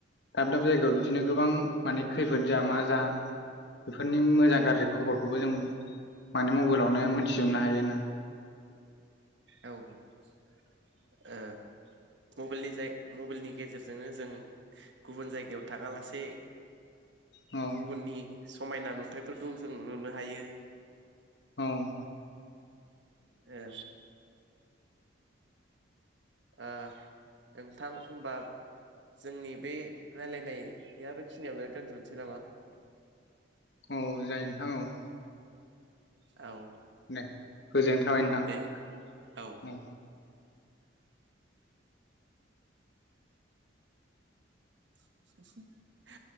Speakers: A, on the left (about 60°); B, on the right (about 70°).
A: दाब दाब जायगायाव बिदिनो गोबां माने खैफोद जा मा जा बेफोरनि मोजां गाज्रि खबरखौबो जों माने मबाइलावनो मिथिजोबनो हायोना
B: औ औ ओ मबेलनि जा मबाइलनि गेजेरजोंनो जों गुबुन जायगायाव थाङा लासे
A: औ
B: गुबुननि समायना नुथायफोरखौ जों नुनो हायो
A: ओम
B: ओ ओ नोंथां होमबा जोंनि बे रायलायनाया बेखिनियावनो दोनथ'नोसै नामा
A: औ जायो नोंथां औ
B: औ
A: दे गोजोननाय थाबाय नोंथां
B: दे औ <unintelligible>